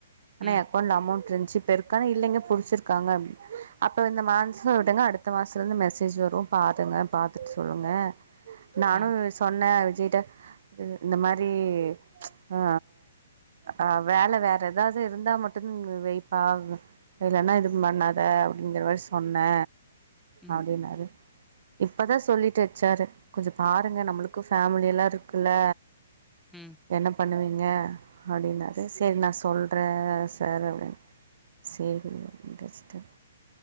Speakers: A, on the right (about 45°); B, in the centre.
A: அண்ணே
B: ம்,
A: எ அக்கௌன்ட்ல அமௌண்ட் இருந்ச்சு இப்ப இருக்கா இல்லங்க புடிச்சிருக்காங்க அப் அப்ப இந்த மான்ச விடுங்க அடுத்த மாசத்துல இருந்து மெஸ் மெசேஜ் வரு பாத்துங்க பாத்துட்டு சொல்லுங்க நானு
B: ம்,
A: சொன்ன விஜய்ட்ட அ இந்த மாரி ஆ ஆ வேல வேற எதாது இருந்தா மட்டுந் வைப்பா இதுலன்னா எதூ பண்ணாத அப்டிங்கற மாரி சொன்ன
B: ம்,
A: அப்டின்னாரு இப்பதா சொல்லீட்டு வெச்சாரு கொஞ்சோ பாருங்க நம்பளுக்கு ஃபேமிலி எல்லா இருக்குல்ல
B: ம்
A: என்ன பண்ணுவீங்க அப்டின்னாரு செரி நா சொல்றே சார் அப்டின்னு சேரி அப்டின்ட்டு வெச்சுட்டாரு